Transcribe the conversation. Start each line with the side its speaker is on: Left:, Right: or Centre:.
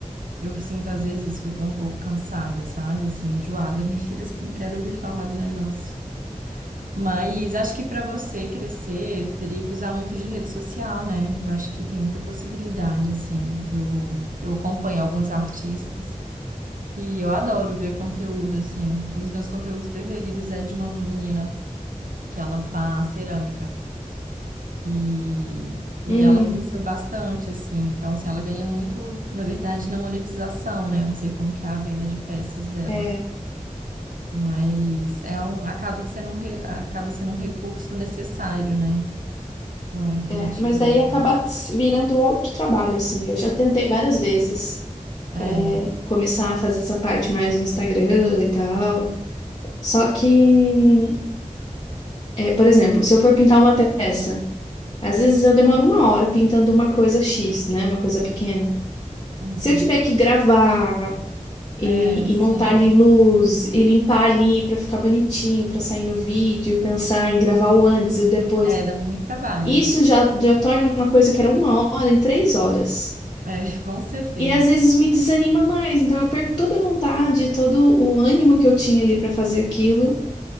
Right: eu sinto às vezes isso, que eu tô um pouco cansada, sabe, assim, enjoada <laughs> mesmo, não quero ouvir falar do negócio. Mas acho que para você crescer, teria que usar muito de rede social, né? Eu acho que tem muita possibilidade, assim. Eu, eu acompanho alguns artistas que eu adoro ver conteúdo, assim. Um dos meus conteúdos preferidos é de uma menina que ela faz cerâmica. E, e
Left: Hum,
Right: ela cresceu bastante, assim. Então, assim, ela ganha muito, na verdade, na monetização, né? Eu não sei como que é a venda de peças dela.
Left: é,
Right: Mas é um, acaba que sendo um, re- acaba sendo um recurso necessário, né? Muito que
Left: é.
Right: a gente
Left: Mas
Right: vive.
Left: daí acaba s- virando outro trabalho, assim. Eu já tentei várias vezes.
Right: É,
Left: é, começar a fazer essa parte mais no Instagram e tal. Só que, é, por exemplo, se eu for pintar uma peça, às vezes eu demoro uma hora pintando uma coisa X, né? Uma coisa pequena.
Right: uhum.
Left: Se eu tiver que gravar e,
Right: É, sim.
Left: e montar ali luz e limpar ali pra ficar bonitinho, pra sair no vídeo, e pensar em gravar o antes e o depois,
Right: É, dá muito trabalho.
Left: isso já, já torna uma coisa que era uma hora em três horas.
Right: É, <laughs> com certeza.
Left: E às vezes me desanima mais, então eu perco toda a vontade, todo o ânimo que eu tinha ali pra fazer aquilo,